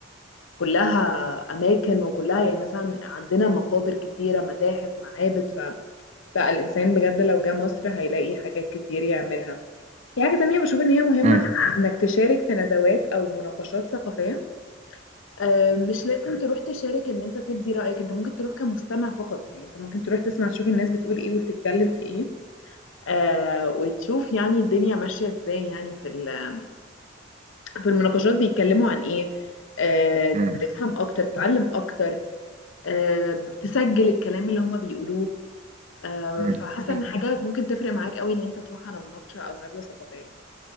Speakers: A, on the left; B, on the right.
A: كلها أماكن وكلها يعني مثلا عندنا مقابر كتيرة متاحف معابد ف لا الإنسان بجد لو جه مصر هيلاقي حاجات كتير يعملها في حاجة تانية بشوف إن هي مهمة
B: امم
A: إنك تشارك في ندوات أو مناقشات ثقافية آه، مش لازم تروح تشارك إن أنت تبدي رأيك أنت ممكن تروح كمستمع فقط يعني أنت ممكن تروح تسمع تشوف الناس بتقول إيه وبتتكلم في إيه آه وتشوف يعني الدنيا ماشية إزاي يعني في ال- في المناقشات بيتكلموا عن إيه آه
B: امم
A: تفهم أكتر تتعلم أكتر آه، بتسجل الكلام اللي هما بيقولوه آه،
B: امم
A: فحاسه ان حاجه ممكن تفرق معاك قوي ان انت تروح على مناقشه او ندوه ثقافيه